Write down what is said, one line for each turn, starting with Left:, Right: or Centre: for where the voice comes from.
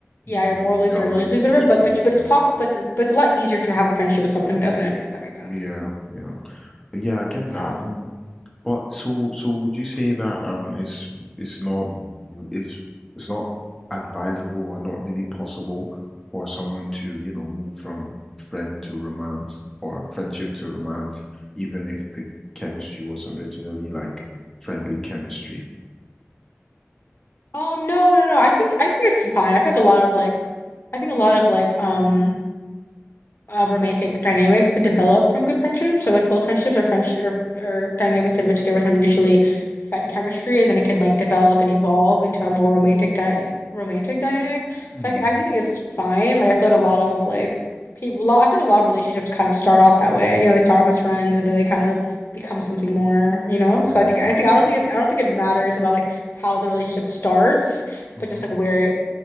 Left: Yeah,
Centre: Mm,
Left: your moral beliefs
Centre: your
Left: and your religious
Centre: religious
Left: beliefs, whatever. But
Centre: beliefs.
Left: but but
Centre: Yeah.
Left: it's possible. But, it's- but it's a lot easier to have a friendship with someone who doesn't, if that makes sense.
Centre: Yeah. Yeah. yeah, I get
Left: Yeah.
Centre: that. Um, but so so would you say that um it's it's not it's it's not advisable or not really possible for someone to, you know, move from friend to romance or friendship to romance, even if the chemistry was originally like friendly chemistry?
Left: Um. No. No. No. I think I think it's fine. I feel like a lot of like I think a lot of like um uh, romantic dynamics can develop from good friendships or like close friendships or friends or, or dynamics in which there was some initially friend chemistry and then it can like develop and evolve into a more romantic di romantic dynamic.
Centre: Mm.
Left: So I think I do think it's fine. Like I feel like a lot of like people, lo- I feel like a lot of relationships kind of start off that way. You know, they start off as friends and then they kind of become something more. You know,
Centre: Yeah.
Left: so I think I think
Centre: Mm,
Left: I don't think it's, I don't think it matters about like how the relationship starts,
Centre: Mhm.
Left: but just like where it